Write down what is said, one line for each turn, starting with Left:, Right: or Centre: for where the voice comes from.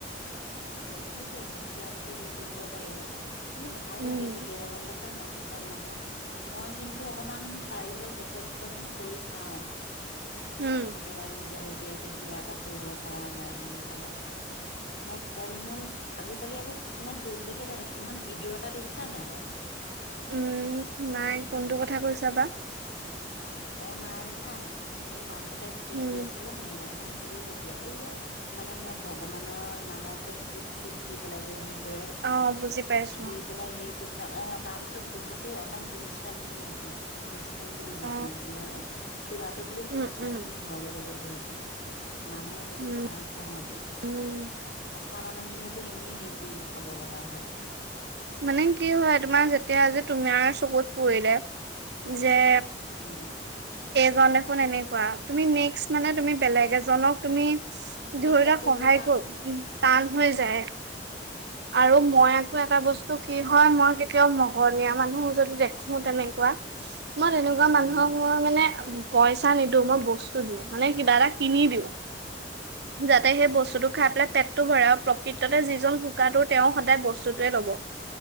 Left: অ সেইটোৱেই তেওঁলোকে হেৰি কৰিবও পাৰিব। কিন্তু ভাল
Right: উম
Left: লাগে কেতিয়াবা গম পাইছা নাই কিছুমান মানুহক মই কিন্ তো অকমান পাৰিলে যথেষ্ট খিনি কৰি চাওঁ।
Right: উম
Left: কেতিয়াবা নিজৰব বিয়াকে কিবা এটা কৰিব পৰা যায় নেকি কাৰোবাক। আৰু ফল-মূল আজিকালি আকৌ কিছুমান ডুপ্লিকেট অহ, সিদিনাখন ভিডিঅ' এটা দেখিছা নে নাই বাৰু?
Right: উম, নাই কোনটো কথা কৈছা বা?
Left: অ', নাই দেখা নে এই মানুহ তাই খুজি
Right: উম
Left: আছিলে মগ মানে হেৰি হৈ পেলাই। এই যে মানে ধৰা ভগৱানৰ নামত যে ফুট চুত দি পেলাই যে হেৰি কৰে,
Right: অ বুজি পাইছো
Left: দি পেলাই হেৰি অ', তাৰ পিছত দেখিছে অকণ জীন্স পেণ্ট পিন্ধি দিছে, জীন্স পেন্ট যেন
Right: অ
Left: মেনে চোলা টো খুলি
Right: উম
Left: জিন্চ পেন্ট
Right: উম
Left: পিন্ধি ঘৰলৈ যাব ধৰি ছে। মানুহৰ সেইবোৰ
Right: উম
Left: ভাজ বঙতে
Right: উম
Left: সঁচা মানুহখিনিয়েটো এনেই হেৰি কৰিব খাব লগা হয়।
Right: মানে কি হয় তোমাৰ যেতিয়া যে তুমাৰ চকুত পৰিলে যে
Left: উম,
Right: জন দেখোন এনেকুৱা তুমি নেক্স মানে তুমি বেলেগ এ জক তুমি ধৰিত
Left: বিশ্বাস কৰিবলৈ
Right: সহায়
Left: টান
Right: কৰো
Left: হব
Right: টান হৈ যায়। আৰু
Left: উম
Right: মই আকৌ এটা বস্তু কি হয় মই কেতিয়াও মঘনীয়া মানুহ যদি দেখো তেনেকুৱা মই তেনেকুৱা মানুহক
Left: উম
Right: মই মানে পইচা নিদিওঁ মই বস্তু দিওঁ মানে কিবা এটা কিনি দিও যাতে সেই বস্তুটো খাই পেলাই পেটটো ভৰে আৰু প্ৰকৃততে যিজন কোকটো তেওঁ সদায় বস্তুটোৱে ল'ব।